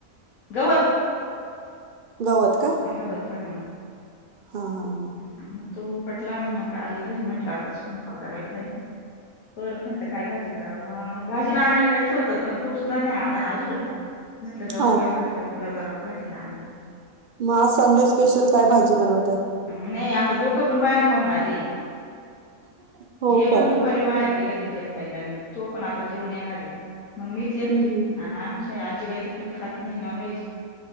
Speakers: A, on the left (about 80°); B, on the right (about 55°).
A: गवत.
B: गवत का.
A: अगवत हां.
B: हा हा हा.
A: मग तो पटला मग आली घरी म्हटलं आतापा करायचाय. पर म्हटलं काय भाजी कराव भाजीला आणायला जायचं होतं पण तो सुद्धा नाही आला. अजून म्हटलं जाऊ
B: हां,
A: ब असला बाजारात भाजीला आणायला.
B: मग आज संडे स्पेशल काय भाजी बनवताय.
A: नाही आता दोघं पण बाहेर खाऊन आले.
B: हो
A: हे
B: काय?
A: पण दुपारी बाहेर गेले तिच्या्या बाईला आणि तो पण आता जेऊन येणारी. मग मीच एकटी
B: हं, हं.
A: आणि आमच्या आजीबाई तर काही खात नाही नॉनव्हेज.